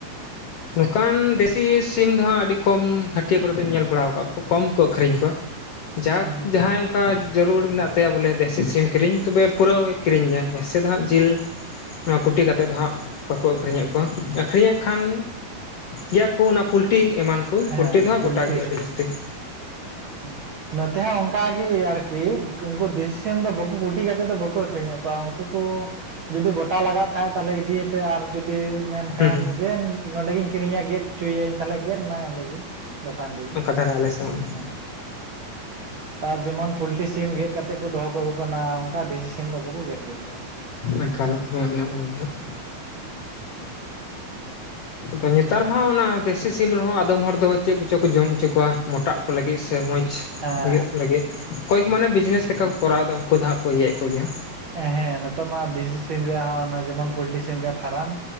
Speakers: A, on the left; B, on the right.
A: ᱱᱚᱝᱠᱟᱱ ᱫᱮᱥᱤ ᱥᱤᱢ ᱫᱚᱦᱟᱸᱜ ᱟᱹᱰᱤ ᱠᱚᱢ ᱦᱟᱹᱴᱤᱭᱟᱹ ᱠᱚᱨᱮ ᱫᱚᱧ ᱧᱮᱞ ᱵᱟᱲᱟ ᱟᱠᱟᱫ ᱠᱚ ᱠᱚᱢ ᱠᱚ ᱟᱹᱠᱷᱨᱤᱧ ᱠᱚᱣᱟ᱾ ᱡᱟᱠ
B: ᱦᱩᱸ
A: ᱡᱟᱦᱟᱸᱭ ᱚᱱᱠᱟ ᱡᱟᱹᱨᱩᱲ ᱢᱮᱱᱟᱜ ᱛᱟᱭᱟ ᱵᱚᱞᱮ ᱫᱮᱥᱤ ᱥᱤᱢ ᱠᱤᱨᱤᱧ ᱛᱚᱵᱮ ᱯᱩᱨᱟᱹᱣᱮ ᱠᱤᱨᱤᱧᱮᱭᱟ ᱥᱮ ᱫᱚ ᱦᱟᱸᱜ ᱡᱤᱞ ᱱᱚᱣᱟ ᱠᱩᱴᱤ ᱠᱟᱛᱮᱫ
B: ᱟᱪᱪᱷᱟ
A: ᱫᱚ ᱦᱟᱸᱜ ᱵᱟᱠᱚ, ᱟᱹᱠᱷᱨᱤᱧᱮᱫ ᱠᱚᱣᱟ ᱟᱹᱠᱷᱨᱤᱧᱮᱫ ᱠᱷᱟᱱ ᱜᱮᱭᱟ ᱠᱚ ᱚᱱᱟ ᱯᱩᱞ ᱴᱤ ᱮᱢᱟᱱ ᱠᱚ
B: ᱦᱮᱸ
A: ᱯᱞᱞᱴᱤ ᱫᱚ ᱦᱟᱜ
B: ᱯᱳᱞᱴᱤ
A: ᱜᱚᱴᱟ ᱜᱮᱭᱟ
B: ᱥᱤᱢ
A: ᱟᱹᱰᱤ ᱡᱟᱹᱥᱛᱤ᱾
B: <unintelligible> ᱱᱚᱛᱮ ᱦᱚᱸ ᱚᱱᱠᱟᱜᱤ ᱟᱨᱠᱤ ᱩᱱᱠᱩ ᱫᱤᱥᱤ ᱥᱤᱢ ᱫᱚ ᱵᱟᱠᱩ ᱠᱩᱴᱤ ᱠᱟᱛᱮᱫ ᱫᱚ ᱵᱟᱠᱚ ᱟᱠᱷᱨᱤᱧᱮᱫ ᱠᱚᱣᱟ ᱩᱱᱠᱩ ᱠᱚ ᱡᱩᱫᱤ ᱜᱚᱴ ᱛᱟ ᱞᱟᱜᱟᱜ ᱠᱷᱟᱡ ᱛᱟᱦᱚᱞᱮ ᱤᱫᱤᱭᱮᱯᱮ ᱟᱨ ᱡᱩᱫᱤ ᱢᱮᱱ ᱠᱷᱟᱱ
A: ᱦᱩᱸ
B: ᱡᱮ ᱱᱚᱸᱰᱮᱜᱮᱧ ᱠᱤᱨᱤᱧᱟ ᱜᱮᱫ ᱦᱚᱪᱚᱭᱟᱹᱧ ᱛᱟᱦᱚᱞᱮ ᱜᱮᱫ ᱢᱟᱭ ᱚᱸᱰᱮ ᱜᱮ ᱫᱚᱠᱟᱱ ᱨᱮᱜᱮ
A: ᱟᱨᱟ ᱟᱞᱮ ᱥᱮᱫ
B: ᱦᱮᱸ ᱟᱨ ᱡᱮᱢᱚᱱ ᱯᱚᱞᱴᱤ ᱥᱤᱢ ᱜᱮᱫ ᱠᱟᱛᱮᱫ ᱠᱚ ᱫᱚᱦᱚ ᱠᱟᱠᱚ ᱠᱟᱱᱟ ᱚᱱᱠᱟ ᱫᱮᱥᱤ ᱥᱤᱢ ᱫᱚ ᱵᱟᱠᱚ ᱜᱮᱫ ᱫᱟᱲᱮᱠᱩᱣᱟ
A: ᱮᱠᱷᱟᱞ ᱦᱮᱸ ᱚᱱᱮ ᱚᱱᱟᱜᱮ ᱦᱟᱸᱜ
B: <unintelligible>
A: ᱟ ᱱᱮᱛᱟᱨ ᱢᱟ ᱚᱱᱟ ᱫᱮᱥᱤ ᱥᱤᱢ ᱨᱮᱦᱚᱸ ᱟᱫᱚᱢ ᱦᱚᱲ ᱫᱚ ᱪᱮᱫ ᱠᱚᱪᱚ ᱠᱚ ᱡᱚᱢ ᱦᱚᱪᱚ ᱠᱚᱣᱟ ᱢᱚᱴᱟᱜ ᱠᱚ ᱞᱟᱹᱜᱤᱫ ᱥᱮ ᱢᱚᱸᱡᱽ
B: ᱦᱮᱸ
A: ᱦᱩᱭᱩᱜ ᱞᱟᱹᱜᱤᱫ᱾ ᱠᱚᱠᱚᱭ ᱠᱚ ᱢᱟᱱᱮ ᱵᱤᱡᱽᱱᱮᱥ ᱞᱮᱠᱟ ᱠᱚᱨᱟᱣ ᱮᱫᱟ ᱩᱱᱠᱩ ᱫᱚ ᱦᱟᱸᱜ ᱠᱚ ᱤᱭᱟᱹᱭᱮᱫ ᱠᱚ ᱜᱮᱭᱟ᱾
B: ᱦᱮᱸ ᱱᱤᱛᱚᱜ ᱢᱟ ᱫᱤᱥ ᱥᱤᱢ ᱨᱮᱭᱟᱜ ᱦᱚᱸ ᱡᱮᱢᱚᱱ ᱯᱳᱞᱴᱤ ᱥᱤᱢ ᱨᱮᱭᱟᱜ ᱯᱷᱟᱨᱟᱢ